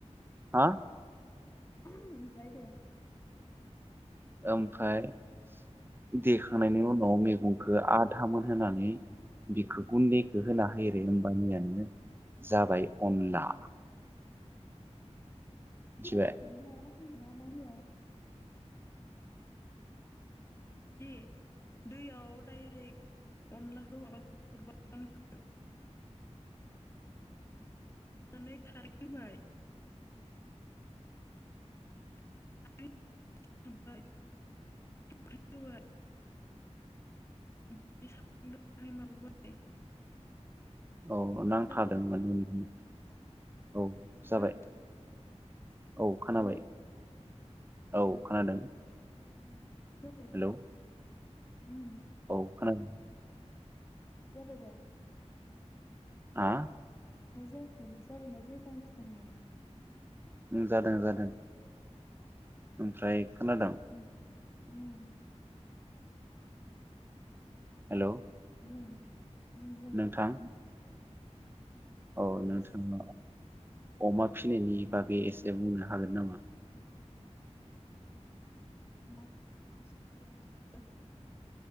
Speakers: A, on the right; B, on the left.
A: हा?
B: अमप्राय दे।
A: ओमफाय देखांनायनि उनाव मेगंखो आधामोन होनानै बिखो गुन्दैखो होना होयो रे होमबानिया बिदिनो जाबाय अनला। मिथिबाय
B: <unintelligible> मा मा होआ? दे दैयाव डाइरेक्ट अनलाखौ माबा <unintelligible> नानै खारै होबाय। <unintelligible> <unintelligible> माबाबाय।
A: औ नांथादोंमोन
B: जाबाय
A: <unintelligible> औ जाबाय।
B: हो
A: औ खोनाबाय।
B: हेलौ
A: औ खोनादों।
B: उम जाबाय
A: हेलौ
B: दा? उम
A: औ खोनादों।
B: जाबाय दा?
A: हा
B: दा जायाखै जाबायना जायाखै आं खिथानायाव।
A: उम जादों जादों। ओमफ्राय खोनादों?
B: उम उम
A: हेलौ
B: बुं उम बुं
A: नोंथां औ
B: येस
A: नोंथाङा अमा फिसिनायनि बागै एसे बुंनो हागोन नामा?
B: अमा <unintelligible>